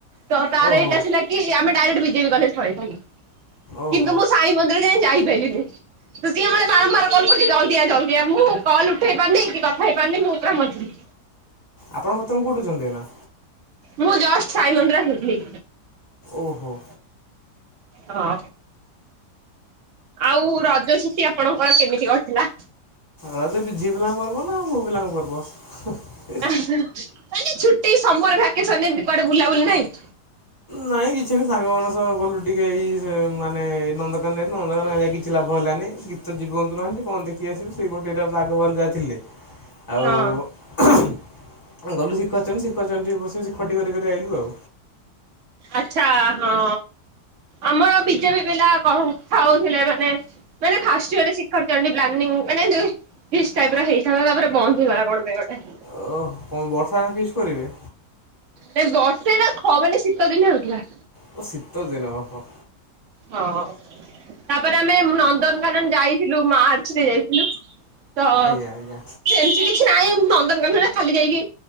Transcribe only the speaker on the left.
ଓହୋ
ଓହୋ
ଆପଣ ବର୍ତ୍ତମାନ କେଉଁଠୀ ଅଛନ୍ତି ଏଇନା?
ଓହୋ।
ରାଜ ବି ଝିଅ ପିଲାଙ୍କ ପର୍ବ ନା ପୁଅ ପିଲାଙ୍କ ପର୍ବ?
ନାଇଁ କିଛି ବି ସାଙ୍ଗ ମାନଙ୍କ ସହ ଗଲୁ ଟିକେ ଏଇ ମାନେ ନନ୍ଦକାନ ଯୁ ନନ୍ଦକାନ ଯାଇ କିଛି ଲାଭ ହେଲାନି। ଗୀତ ଜୀବନ୍ତୁ ନାହାଁନ୍ତି କଣ ଦେଖି ଆସିବୁ ସେଇ ଗୋଟେ ଦିଟା ବାଘଭାଲୁ ଯାହା ଥିଲେ। ଆଉ
ଗଲୁ ଶିଖ ଅଛନ୍ତି ଶିଖ ଅଛନ୍ତି ବସିକ ବସି ଖଟି କରି କରି ଆଇଲୁ ଆଉ।
ଓହ କଣ ବର୍ଷା ଆେ ପିସ୍ କରିବେ?
ତ ଶୀତ ଦିନ ଓହୋ।
ଆଜ୍ଞା
ଆଜ୍ଞା